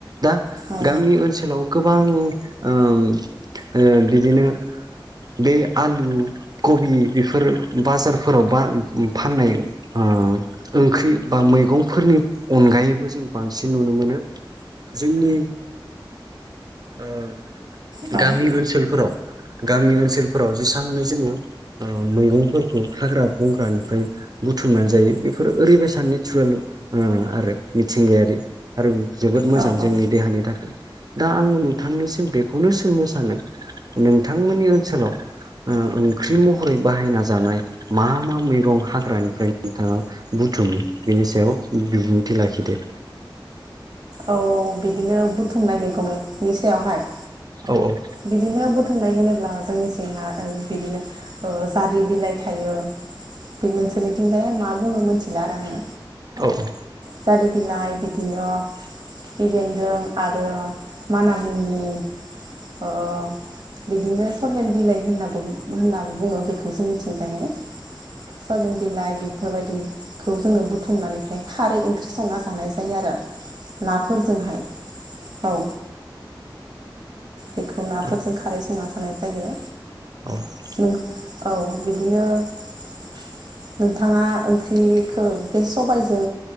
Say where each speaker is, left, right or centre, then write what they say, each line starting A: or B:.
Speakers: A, on the right; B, on the right.
A: दा
B: औ
A: गामि ओनसोलाव गोबां ओम ओ बिदिनो बे आलु बि बेफोर बाजारफोराव बा फाननाय ओ ओंख्रि बा मैगंफोरनि अनगायैबो जों बांसिन नुनो मोनो। जोंनि ओ
B: औ
A: गामि ओनसोलफोराव गामि ओनसोलफोराव जेसांनो जोङो ओ मैगंफोरखौ हाग्रा बंग्रानिफ्राय बुथुमनानै जायो बेफोरो ओरैबायसा नेसुरेल ओ आरो मिथिंगायारि। आरो जोबोद मोजां
B: औ औ
A: जोंनि देहानि थाखै। दा आङो नोंथांनिसिम बेखौनो सोंनो सानो नोंथांमोननि ओनसोलाव ओ ओंख्रि <unintelligible> महरै बाहायना जानाय मा मा मैगं हाग्रानिफ्राय नोंथाङा बुथुमो बिनि सायाव बिबुंथि लाखिदो।
B: औ बिदिनो बुथुमनाय मैगंनि सायावहाय
A: औ औ
B: बिदिनो बुथुमनाय होनोब्ला जोंनि थिंहा ओ बिदिनो ओ जारि बिलाइ थायो बे नोंसोरनिथिंजाय मा बुङो मोन्थिला आरो आङो।
A: औ औ
B: जारि बिलाइ बिदिनो खिफि बेन्दों आरो मानामुनि ओ बिदिनो सरलेन बिलाइ होननाबो बु होननाबो बुङो बेखौ जोंनिथिंजायहाय सरलिन बिलाइ बेफोरबायदिखौ जोङो बुथुमनानैहाय खारै ओंख्रि संना जानाय जायो आरो। नाफोरजोंहाय औ बेखौ नाफोरजों
A: औ
B: खारै संना जानाय जायो।
A: अ'
B: नों औ बिदिनो नोंथाङा ओंख्रिखो बे सबायजों